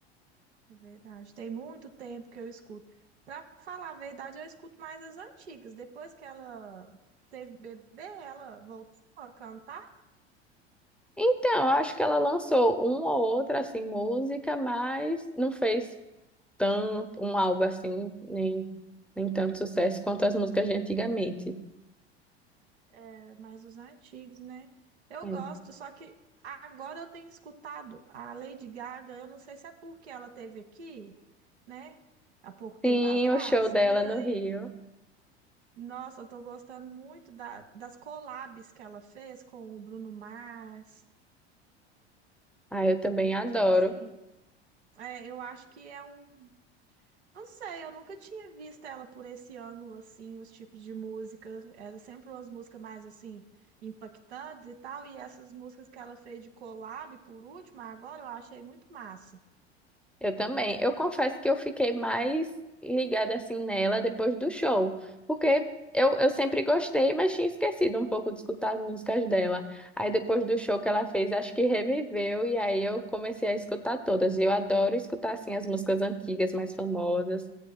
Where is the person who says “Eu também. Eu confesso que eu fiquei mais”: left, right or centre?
Centre